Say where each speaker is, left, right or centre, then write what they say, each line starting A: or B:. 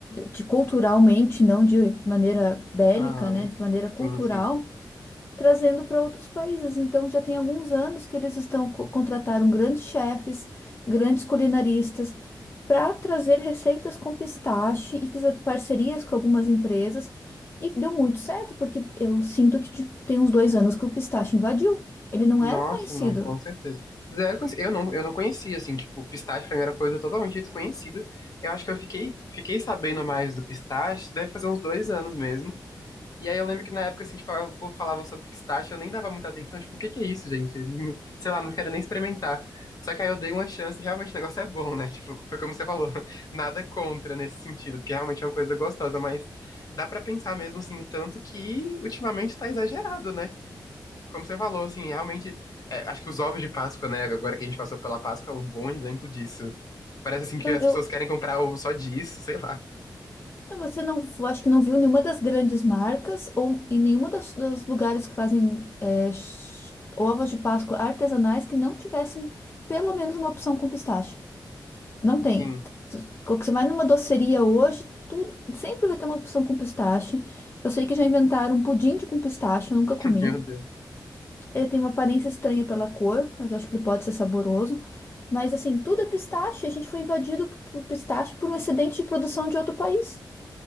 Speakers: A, on the left; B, on the left.
A: de culturalmente, não de maneira bélica,
B: Aham,
A: né, de maneira cultural,
B: Sim, sim.
A: trazendo para outros países. Então já tem alguns anos que eles estão co- contrataram grandes chefes, grandes culinaristas para trazer receitas com pistache e fiz parcerias com algumas empresas e deu muito certo, porque eu sinto que de- tem uns dois anos que o pistache invadiu. Ele não
B: Nossa,
A: era conhecido.
B: não, com certeza. Zero conheci- Eu não, eu não conhecia, assim, tipo, pistache pra mim era coisa totalmente desconhecida. Eu acho que eu fiquei, fiquei sabendo mais do pistache, deve fazer uns dois anos mesmo. E aí eu lembro que na época, assim, tipo, o povo falava sobre pistache, eu nem dava muita atenção, tipo, o que que é isso, gente? <laughs> Sei lá, não quero nem experimentar. Só que aí eu dei uma chance e realmente o negócio é bom, né? Tipo, foi como você falou, <laughs> nada contra nesse sentido, porque realmente é uma coisa gostosa, mas dá pra pensar mesmo, assim, o tanto que ultimamente tá exagerado, né? Como você falou, assim, realmente, é, acho que os ovos de Páscoa, né, agora que a gente passou pela Páscoa, é um bom exemplo disso. Parece assim que
A: então
B: as
A: eu,
B: pessoas querem comprar ovo só disso, sei lá.
A: Ah, Você não, acho que não viu nenhuma das grandes marcas ou em nenhuma das, dos lugares que fazem é, sh- ovos de Páscoa artesanais que não tivessem pelo menos uma opção com pistache. Não tem.
B: Sim,
A: Se- quando Você vai numa doceria hoje, tu sempre vai ter uma opção com pistache. Eu sei que já inventaram um pudim de com pistache, eu nunca
B: <laughs>
A: comi.
B: meu Deus.
A: Ele tem uma aparência estranha pela cor, mas eu acho que ele pode ser saboroso. Mas assim, tudo é pistache. A gente foi invadido por por pistache por um excedente de produção de outro país.